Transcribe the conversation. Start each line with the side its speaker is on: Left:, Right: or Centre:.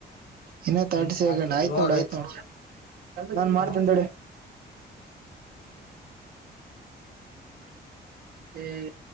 Right: ಇನ್ನ
Left: ಹ್ಮ್
Right: ತರ್ಟಿ ಸೆಕೆಂಡ್
Left: ಹಾಗೆ
Right: ಆಯ್ತ್
Left: ಇವಾಗ
Right: ನೋಡಿ ಆಯ್ತ್ ನೋ ನಾನನ್ ಮಾಡ್ತ
Left: ಹ್ಮ
Right: ಹ್ಮ